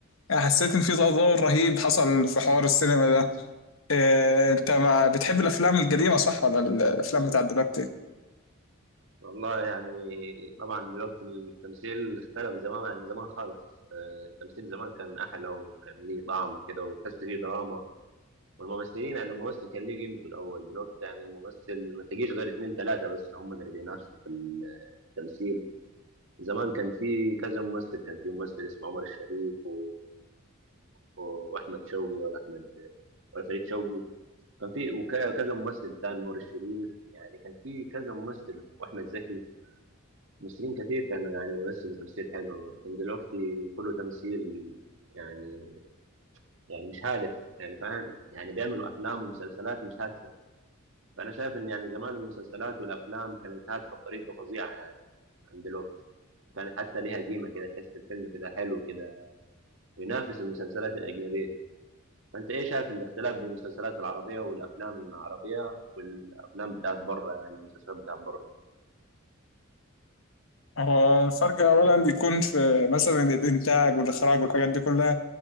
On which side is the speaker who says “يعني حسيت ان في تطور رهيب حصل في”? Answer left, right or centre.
Left